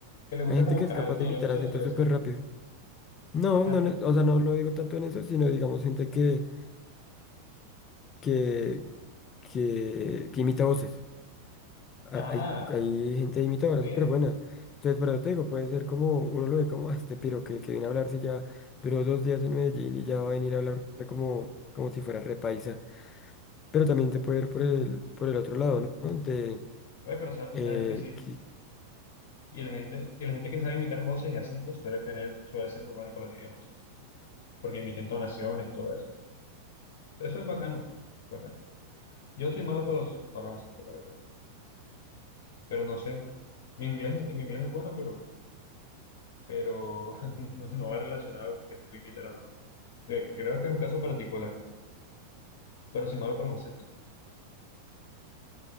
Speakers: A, on the left; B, on the left.
A: que le gusta
B: hay gente
A: como
B: que
A: encajar,
B: es capaz
A: o sea,
B: de imitar
A: no le gusta
B: acentos
A: sobresalir.
B: súper rápido. No,
A: Ah,
B: no,
A: tal.
B: no, o sea, no lo digo tanto en eso, sino digamos gente que que, que, que imita voces. Ha-
A: Ah,
B: Hay, hay gente imitadora
A: oye,
B: súper buena. Entonces, por eso te digo, puede ser como, uno lo ve como, "Ah, este piro que, que viene a hablar si ya duró dos días en Medellín y ya va a venir a hablarme como, como si fuera repaisa. Pero también te puede ir por el, por el otro lado, ¿no? De,
A: oye, pero sa-
B: eh,
A: sabes que sí.
B: qui-
A: Y la gente, y la gente que sabe imitar voces y acentos suele tener, suele ser muy buena para los idiomas. Porque imiten tonaciones, todo eso. Eso es bacano. bacano. Yo soy malo para los, para los acentos, la verdad. Pero no sé. Mi inglés, es- mi inglés es bueno, pero, pero <laughs> no, no va relacionado con que sepa imitar o no. Eh, Creo que es un caso particular, pero soy malo para los acentos.